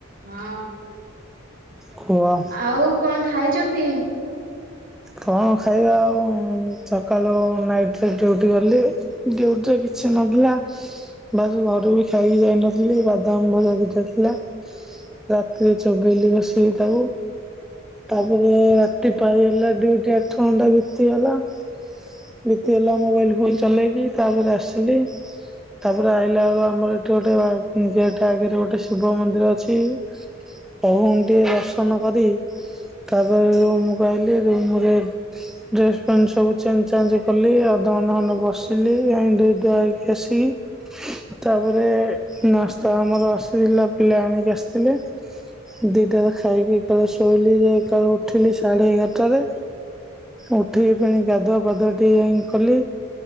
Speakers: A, on the right; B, in the centre.
A: ହଁ।
B: ଖୁଆ
A: ଆଉ କଣ ଖାଇଛନ୍ତି?
B: କଣ ଖାଇବା ଆଉ, ସକାଳୁ ନାଇଟ୍ ରେ ଡ୍ୟୁଟି ଗଲି। ଡ୍ୟୁଟି ରେ କିଛି ନହେଲା ବାସ୍ ଘରୁ ବି ଖାଇକି ଯାଇ ନଥିଲି ବାଦାମ ଭଜା ବି ଖାଇଥିଲା। ରାତିରେ ଚବେଇଲି ବସିକି ତାକୁ। ତାପରେ ରାତି ପାଇଗଲା ଡ୍ୟୁଟି ଆଠ ଘଣ୍ଟା ବିତିଗଲା। ବିତିଗଲା ମୋବାଇଲ୍ ଫୁଲ୍ ଚଲେଇକି ତାପରେ ଆସିଲି। ତାପରେ ଆଇିଲାଆଳୁ ଆମର ଏଠି ଗୋଟେ, ଗେଟ୍ ଆଗରେ ଗୋଟେ ଶିବ ମନ୍ଦିର ଅଛି। ପ୍ରଭୁଙ୍କୁ ଟିକେ ଦର୍ଶନ କରି ତାପରେ ରୁମ୍ କୁ ଆଇଲି ରୁମ୍ ରେ ଡ୍ରେସ୍ ପେଣ୍ଟ ସବୁ ଚେଞ୍ଜ ଚେଞ୍ଜ କଲି। ଅଧ ଘଣ୍ଟେ ଖଣ୍ଡେ ବସିଲି। ଯାଇ ଧୋଇ ଧୂଆ ହେଇକି ଆସିକି ତାପରେ ନାସ୍ତା ଆମର ଆସିଥିଲା ପିଲା ଆଣିକି ଆସିଥିଲେ। ଦୁଇଟାରେ ଖାଇକି ଏକାବେଳେ ଶୋଇଲି ଯେ ଏକାଳଳେ ଉଠିଲି ସାଢ଼େ ଏଗାରଟାରେ। ଉଠିକି ଫେଣି ଗାଧୁଆ ପାଦୁଆ ଟେ କଲି।